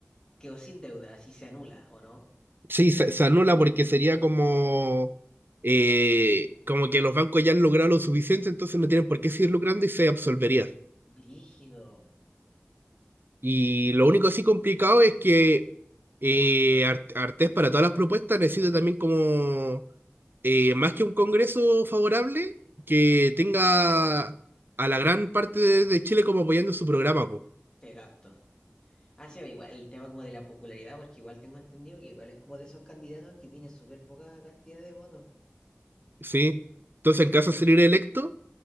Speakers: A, on the left (about 20°); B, on the right (about 50°).
A: quedo sin deuda, así se anula, ¿o no?
B: sí, se, se anula porque sería como, eh, como que los bancos ya han logrado lo suficiente, entonces no tienen por qué seguir lucrando y se absolvería.
A: Brígido,
B: Y lo único así complicado es que eh, Ar- Artés para todas las propuestas necesita también como, eh, más que un congreso favorable, que tenga a la gran parte de, de Chile como apoyando su programa, pues.
A: te gasto. Ha sido igual el tema como de la popularidad, porque igual tengo entendido que igual es como de esos candidatos que tienen súper poca cantidad de votos.
B: Sí. Entonces, en caso de salir electo,